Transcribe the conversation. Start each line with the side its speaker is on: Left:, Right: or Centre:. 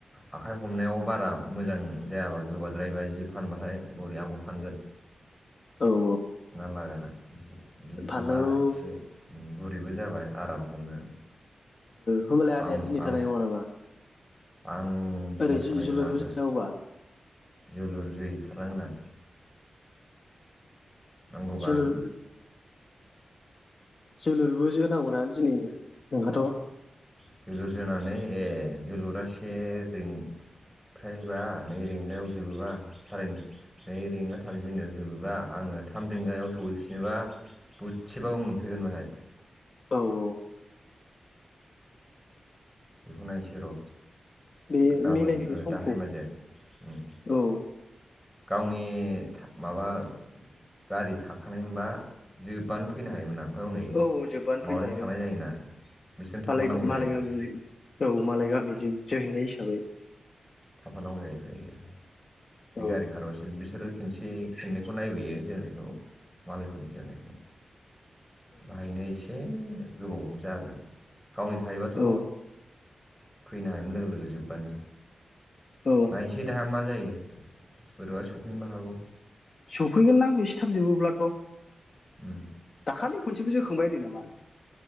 Centre: आखाइ हमनायाव बारा मोजां जायाबा गोबाद्रायबाय जि फानबाथाय बरिया आंबो फानगोन।
Left: औ औ।
Centre: लागोनां जि। जि फानबा
Left: फाननांगौ
Centre: एसे उम गुरैबो जाबाय आराम हमनो।
Left: होमबलाय आदाया
Centre: आं
Left: दिनै
Centre: आं
Left: थानाय नङा नामा?
Centre: आं दिनै
Left: ओरै
Centre: थानाय
Left: जोलुरबो
Centre: नोङा हो
Left: जोनांगौबा
Centre: जोलुर जै थार नांगोन आं। नांगौबा
Left: जोलुर
Centre: आं
Left: जोलुरबो जोनांगौना दिनैनो नोंहाथ?
Centre: <unintelligible> जोलुर जोनानै ए जोलुरा से रिं फ्रायबा नै रिंगायाव जोबोबा सारायनै नै रिंगा थामजि मिनिट आव जोबोबा आङो थाम रिंगायाव सहैफिनोबा दोसेबाबो मोनफैगोन बाहाय।
Left: औ औ
Centre: बेखौ नायनोसै र'
Left: बे
Centre: गाबोन
Left: मिलायहैदो
Centre: ओ
Left: समखौ
Centre: दाहाय माजे उम
Left: औ
Centre: गावनि था माबा गारि थाखानाय मोनबा जोबबानो फैनो हायोमोन आं ओमफाय हनै
Left: औ जोब्बानो
Centre: माबानियावसो
Left: फैनो हायोमोन
Centre: थांनाय जायोना बिसोरजों थाफानांगौ
Left: मालाय मालाय
Centre: जायो
Left: गामि
Centre: थानाय
Left: औ मालाय गामिजों जोहैनाय हिसाबै।
Centre: थाफानांगौ जायो उफाय गैया बे
Left: औ
Centre: गारि खारबासो बिसोरो खेनसे खेननै खौ नायबोयो जोनायखौ। मालायफोरनि जोनायखौ औ औ बाहायनो एसे गोबाव जा जागोन। गावनि थायोबाथ'
Left: औ
Centre: फैनो हायोमोन लोगो लोगो जोबबानो।
Left: औ
Centre: नायनोसै दाहा मा मा जायो बोरैबा सौफैनोबो हागौ
Left: सफैगोन ना एसे थाब जोबोब्लाथ'
Centre: उम
Left: दाखालि खनसेबो जोखांबाय होनदों नामा?